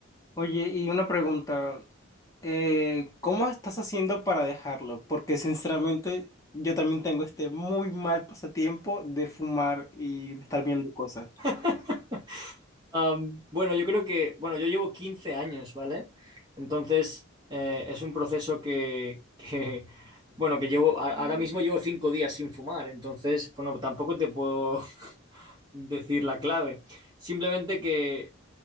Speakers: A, on the left; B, on the right.
A: Oye, y una pregunta. Eh, ¿cómo estás haciendo para dejarlo? Porque sinceramente yo también tengo este muy mal pasatiempo de fumar y estar viendo cosas.
B: <laughs> Am, bueno, yo creo que, bueno, yo llevo 15 años, ¿vale? Entonces, eh, es un proceso que, <laughs> que, bueno, que llevo, a- ahora mismo llevo 5 días sin fumar, entonces, bueno, tampoco te puedo <laughs> decir la clave. Simplemente que